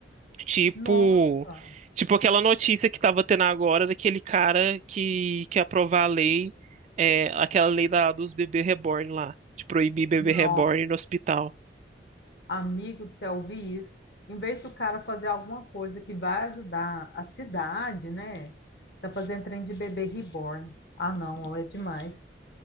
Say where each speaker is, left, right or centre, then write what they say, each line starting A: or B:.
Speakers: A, on the right; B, on the left.
A: Tipo,
B: Nossa,
A: tipo aquela notícia que tava tendo agora daquele cara que quer aprovar a lei, é, aquela lei da, dos bebês reborn lá, de proibir bebê
B: nossa,
A: reborn no hospital.
B: amigo do céu, eu vi isso. Em vez do cara fazer alguma coisa que vai ajudar a cidade, né? Tá fazendo trem de bebê reborn. Ah, não, é demais.